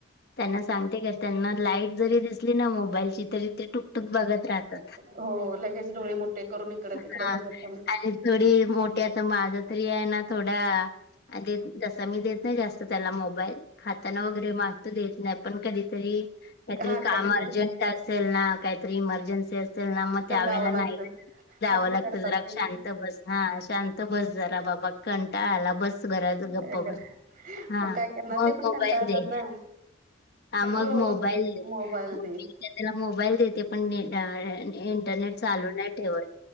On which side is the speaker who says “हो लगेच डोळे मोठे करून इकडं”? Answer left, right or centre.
Right